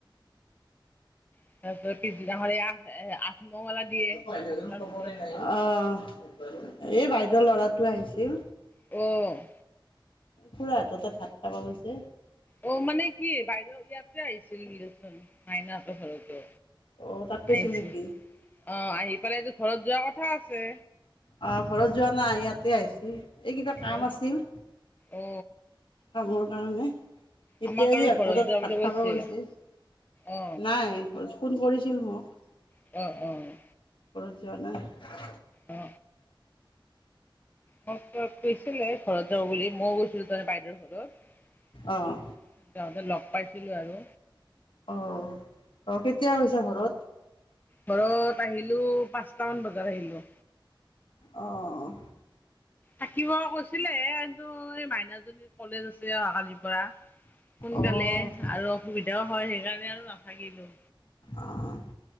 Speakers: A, on the left (about 20°); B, on the left (about 70°).
A: <unintelligible> দিয়ে
B: অহ
A: এসপ্তাহৰ পিছত
B: এই বাইদেউ ল'ৰাটো আহিছিল।
A: অ'
B: খুৰাহঁতৰ তাত ভাত খাব গৈছে।
A: অ মানে কি বাইদেউ ইয়াতে আহিছিল চোন মাইনাত ঘৰতো
B: অ', তাত গৈছিল
A: আহি
B: নেকি?
A: অ আহি পেলাইটো ঘৰত যোৱাৰ কথা আছে
B: অহ ঘৰত যোৱা নাই ইয়াতে আহিছিল এই কিবা কাম
A: অ
B: আছিল।
A: অ
B: কামৰ কাৰণে এতিয়া
A: আমাক আৰু
B: ইহঁতৰ
A: ঘৰত
B: তাত
A: যোৱা বুলি
B: ভাত
A: কৈছে
B: খাব গৈছে
A: অ
B: নাই হল ফোন কৰিছিল মোক
A: অঁ অঁ।
B: ঘৰত যোৱা নাই
A: অ মোক ত কৈছিলে ঘৰত যোৱা বুলি মইও গৈছিলো তাৰমানে বাইদেউৰ ঘৰত
B: অ'।
A: যাওঁতে লগ পাইছিলো আৰু।
B: অ অ অ কেতিয়া গৈছা ঘৰত?
A: ঘৰত আহিলো পাঁচটামান বজাত আহিলো
B: অহ অহ
A: থাকিব কৈছিলে এই কিন্তু মাইনাজনীৰ কলেজ আছে অহা কালিৰ পৰা সোনকালে
B: অ'।
A: আৰু অসুবিধাও হয় সেইকাৰণে আৰু নাথাকিলো।
B: অঁ।